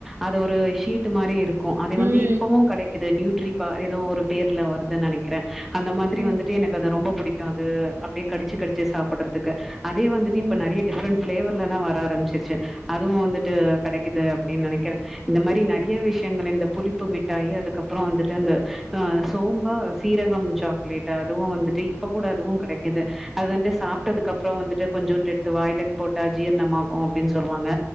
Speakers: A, in the centre; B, on the right.
A: அது ஒரு ஷீட்டு மாரி இருக் கூ அது வந்து
B: ம்
A: இப்பவூ கெடைக்குது நியூட்ரிபா ஏதோ ஒ ரு பேர்ல வருது நெனைக்குறே அந்த மாதிரி
B: ம்
A: வந்துட்டு எனக்கு அது ரொம்ப புடிக் யாது அப்டே கடிச்சு கடிச்சு சாப்பிடறதுக்கு அதே வந்துட்டு இப்ப
B: ம்
A: நெறைய டிஃப்ரெண்ட் பிளேவர் லல்லா வர ஆரம்பிச்சிருச்சு அதுவு வந்துட்டு கெடைக்குது அப்டின் நெனைக்கிறே இந்த மாதிரி ந றிய விஷயங்கள் இந்த புளிப்பு மிட்டாயி அதுக்கப்புறோ வந்துட்டு அந்த அ சோம்பா சீரகம் சாக்லேட் அதுவு வந்துட்டு இப்ப கூட அதுவு கெடைக்குது அது வந்து சாப்ட்டதுக்கு அப்புறோ வந்துட்டு கொஞ்சூண்ட் எடுத்து வாய்லெ போட்டா ஜீரணமாகு அப்டீன் சொல்வாங்க